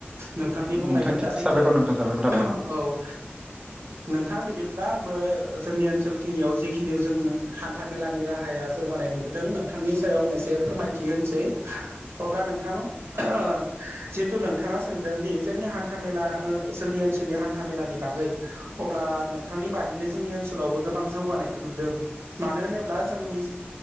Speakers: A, on the right (about 80°); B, on the right (about 20°).
A: नोंथांनि बुंनायफो
B: नोंथां
A: सैथो
B: साबायखर नोंथां साबायखर थाबाय नोंथां
A: औ। नोंथां बिदिब्ला आंबो जोंनि ओनसोल खिनियाव जिखिनि जों हान्था मेलानि राहाया जौगानाय नुबोदों नोंथांनि सायाव आं एसे फोरमायथि होनोसै अब्ला नोंथां ओ जिहेतु नोंथाङा सोंदोंदि जोंनि हा न्था मेला ओ जोंनि ओनसोलनि हान्था मेलानि बागै अब्ला नोंथांनि बादिनो जोंनि ओनसोलावबो गोबां जौगानायखौ नुदों। मानो होनोब्ला जोंनि